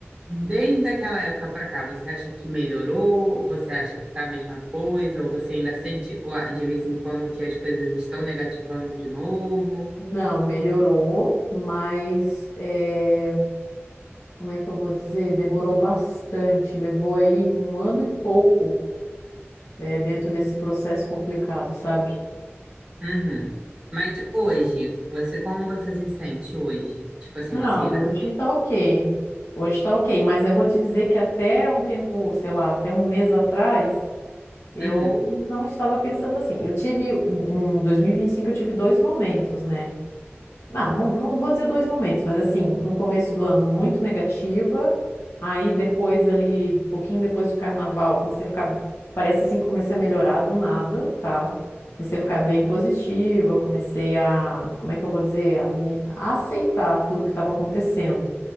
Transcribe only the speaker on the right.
Desde aquela época para cá, você acha que melhorou? Você acha que tá a mesma coisa? Ou você ainda sente ó, de vez em quando que as coisas estão negativando de novo?
Uhum. Mas hoje, você, como você se sente hoje? Tipo assim,
você ainda.
Uhum.